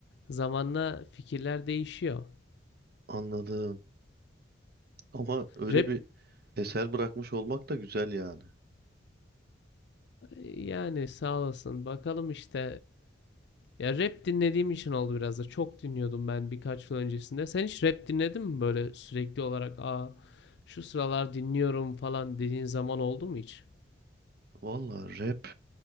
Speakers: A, on the left; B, on the right.
A: zamanla fikirler değişiyor.
B: anladım. Ama öyle
A: Rap
B: bir eser bırakmış olmak da güzel yani.
A: Yani sağ olasın. Bakalım işte eee, ya rap dinlediğim için oldu biraz da. Çok dinliyordum ben birkaç yıl öncesinde. Sen hiç rap dinledin mi böyle sürekli olarak? Aa, şu sıralar dinliyorum falan dediğin zaman oldu mu hiç?
B: Vallahi rap